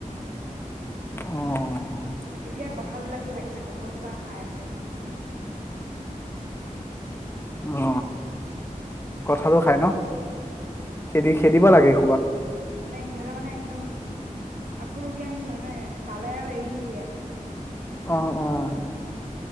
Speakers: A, on the left (about 15°); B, on the right (about 80°).
A: অ'।
B: এতিয়া কঁঠাল বিলাক যে লাগিছে। কঁঠাল সোপা খাই আছে। <unintelligible>
A: অ কঁঠা লো খায় ন? খেদি খেদিব লাগে এই
B: মানে সিহঁতৰ মানে একদম আপুৰুগীয়া নিচিনা মানে পালে আৰু এৰি নিদিয়ে।
A: অ', অ',